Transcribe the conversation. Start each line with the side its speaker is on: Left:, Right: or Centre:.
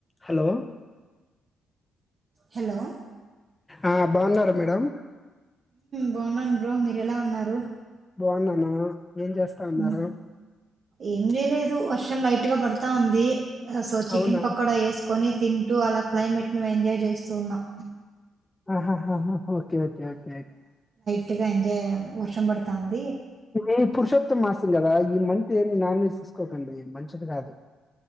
Left: Hello
Right: hello
Left: ఆ బాగున్నారా madam
Right: బాగున్నా బ్రో మీరు ఎలా ఉన్నారు
Left: బాగున్నాన ఏం చేస్తా ఉన్నారు
Right: ఉమ్, ఏం చేయలేదు వర్షం లైట్ గా పడతా ఉంది సో చికెన్
Left: అవునా
Right: పకోడ వేసుకొని తింటూ అలా క్లైమేట్ ను ఎంజాయ్ చేస్తూ ఉన్నాం
Left: ఆహాహాహా ఒకే ఒకే ఒకే
Right: ట్గా ఎజయ్ వర్షండుతాంది
Left: ఇది ఈ పురుషోత్తమ మాసం కదా ఈ మంత్ ఏమి నాన్వేజ్ తీస్కోకండి మంచిది కాదు